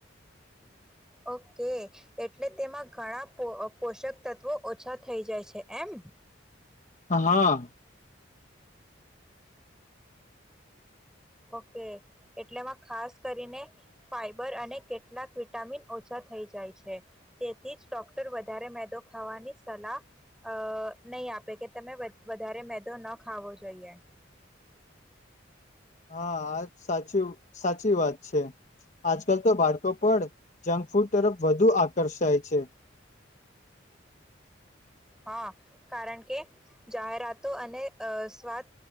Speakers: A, in the centre; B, on the left (about 40°).
A: ઓકે એટલે તેમાં ઘણા પો પોષક તત્વો ઓછા થઈ જાય છે એમ
B: હા
A: ઓકે એટલેમાં ખાસ કરીને ફાઈબર અને કેટલાક વિટામિન ઓછા થઈ જાય છે તેથી જ ડોક્ટર વધારે મેદો ખાવાની સલાહ અ નહી આપે કે તમે બધા વધારે મેદો ન ખાવો જોઈએ
B: હા આ સાચી સાચી વાત છે આજકલ તો બાળકો પણ જંક ફૂડ તરફ વધુ આકર્ષાય છે
A: હા કારણ કે જાહેરાતો અનેઅ સ્વાદ